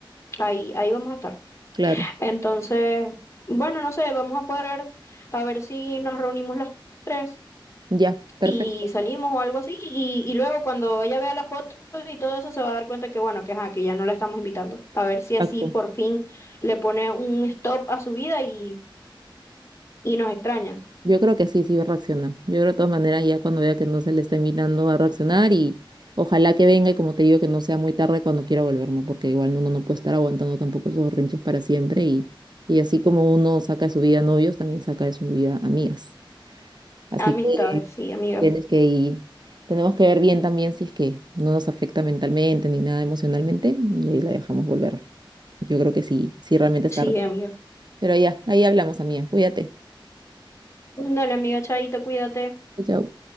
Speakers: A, on the left; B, on the right.
A: ahí, ahí vamos a estar.
B: Claro.
A: Entonces, bueno, no sé, vamos a cuadrar a ver si nos reunimos las tres
B: Ya, perfecto.
A: y salimos o algo así. Y, y luego cuando ella vea las fotos y todo eso se va a dar cuenta que bueno, que, ajá, que ya no la estamos invitando. A ver si así
B: Exacto.
A: por fin le pone un stop a su vida y, y nos extraña.
B: Yo creo que sí, sí va a reaccionar. Yo creo de todas maneras ya cuando vea que no se le está invitando a reaccionar y ojalá que venga y como te digo que no sea muy tarde cuando quiera volver, ¿no? Porque igual uno no puede estar aguantando tampoco esos rinches para siempre y, y así como uno saca de su vida novios, también saca de su vida amigas. Así
A: Amistades,
B: que
A: sí, amiga.
B: tienes que ir- tenemos que ver bien también si es que no nos afecta mentalmente ni nada emocionalmente y ahí la dejamos volver. Yo creo que sí, sí realmente
A: Sí,
B: está. re- bueno.
A: amiga.
B: Pero ya, ahí hablamos, amiga. Cuídate.
A: Dale, amiga, chaito, cuídate.
B: Chao. chao.